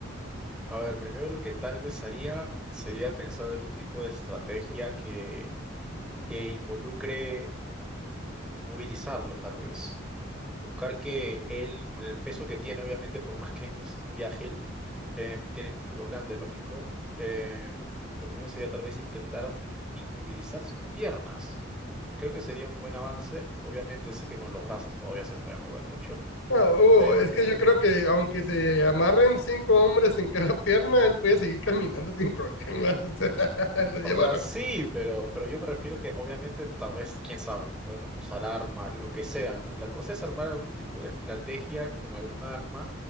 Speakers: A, in the centre; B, on the left.
A: A ver, primero lo que tal vez haría sería pensar algún tipo de estrategia que, que involucre movilizarlo, tal vez. buscar que él, con el peso que tiene, obviamente, por más que es muy, muy ágil, em, tiene músculos grandes, lógico. em, lo primero sería tal vez intentar inmovilizar sus piernas. Creo que sería un buen avance. Obviamente sé que con los brazos todavía se puede mover mucho,
B: No, Hugo,
A: pero,
B: es que yo creo que aunque se amarren cinco hombres en cada <laughs> pierna, él puede seguir caminando sin problemas. <laughs> O sea, lo lleva
A: o sea,
B: arras-
A: sí, pero, pero yo me refiero que obviamente tal vez, quién sabe, podemos usar armas, lo que sea, ¿no? La cosa es armar algún tipo de estrategia con algún arma,